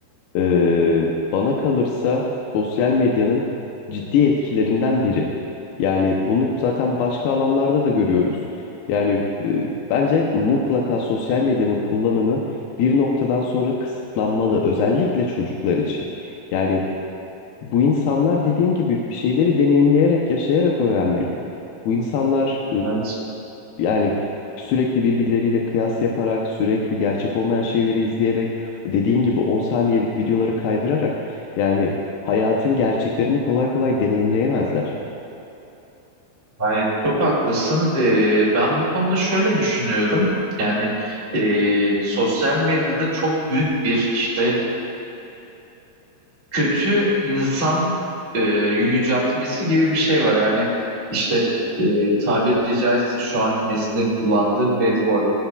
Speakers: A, on the left; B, on the right.
A: Ee, bana kalırsa sosyal medyanın ciddi etkilerinden biri. Yani bunu zaten başka alanlarda da görüyoruz. Yani e, bence mutlaka sosyal medyanın kullanımı bir noktadan sonra kısıtlanmalı, özellikle çocuklar için. Yani bu insanlar dediğim gibi bir şeyleri deneyimleyerek, yaşayarak öğrenmeli. Bu insanlar
B: Evet.
A: yani sürekli birbirleriyle kıyas yaparak, sürekli gerçek olmayan şeyleri izleyerek, dediğin gibi 10 saniyelik videoları kaydırarak yani hayatın gerçeklerini kolay kolay deneyimleyemezler.
B: Hayır, çok haklısın. Ee, ben bu konuda şöyle düşünüyorum. Yani e, sosyal medyada çok büyük bir işte kötü insan e, yüceltmesi gibi bir şey var. Yani işte e, tabiri caizse şu anki neslin kullandığı bad boy